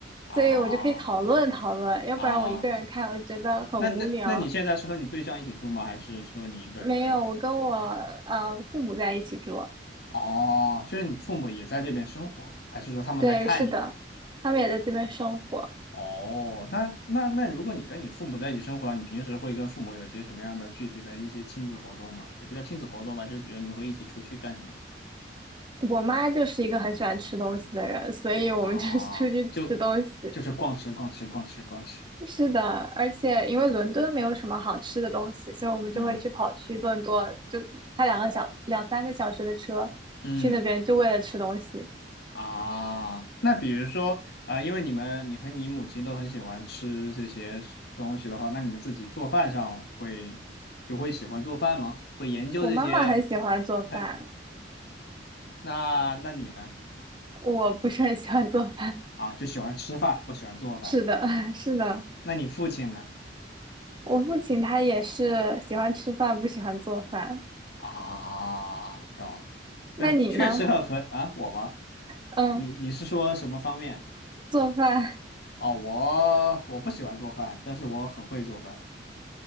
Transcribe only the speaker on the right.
所以我就可以讨论讨论，要不然我一个人看，
我就觉得很无聊。
没有，我跟我呃父母在一起住，
对，是的，他们也在这边生活。
我妈就是一个很喜欢吃东西的人，所以我们就是出去吃东西。
是的，而且因为伦敦没有什么好吃的东西，所以我们就会去跑去顿多，
就开两个小两三个小时的车去那边，
就为了吃东西。
我妈妈很喜欢做饭，
我不是很喜欢做饭。
<laughs> 是的，<laughs> 是的，
我父亲他也是喜欢吃饭，不喜欢做饭。
那你呢？
嗯，
做饭